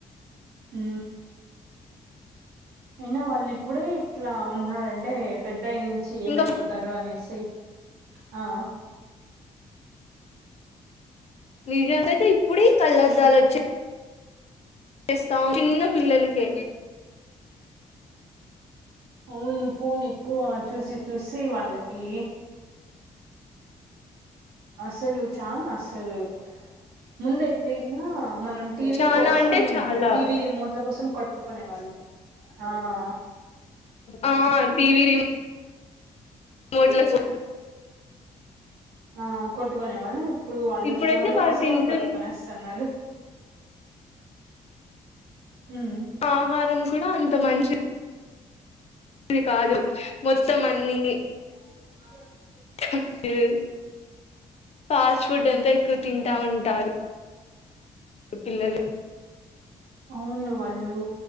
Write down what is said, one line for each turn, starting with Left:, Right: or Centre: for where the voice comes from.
Right: ఉ అయినా వాళ్ళు ఇప్పుడే ఇట్లా ఉన్నారంటే పెద్దయ్య నుంచి ఏమైపోతారు
Left: ఇంకా
Right: అనేసి ఆ
Left: నిజంగాయితే ఇప్పుడే కళ్ళద్దాలు వచ్చాయి చేస్తాం చిన్న పిల్లలకే
Right: అవును ఫోన్ ఎక్కువ చూసి చూసి వాళ్ళకి అసలు చానా అసలు ముందై తెగినా మనం టీవీ
Left: చాలా
Right: కోసం
Left: అంటే చాలా
Right: టీవీ రిమోట్ల కోసం కట్టుకునే వాళ్ళం ఆ
Left: ఆ టివీ రిమోట్ మోట్ల సు
Right: ఆ కొట్టుకునే వాళ్ళం ఇప్పుడు వాళ్ళు
Left: ఇప్పుడైతే
Right: ఫోన్ల
Left: వాళ్ళు
Right: కోసం
Left: తింటున్న
Right: కొట్టుకునొస్తున్నారు ఉమ్
Left: ఆహారం కూడా అంత మంచి ఇది కాదు మొత్తం అన్నీ
Right: <inaudible>
Left: <unintelligible> పిల్లలు
Right: అవును వాళ్ళు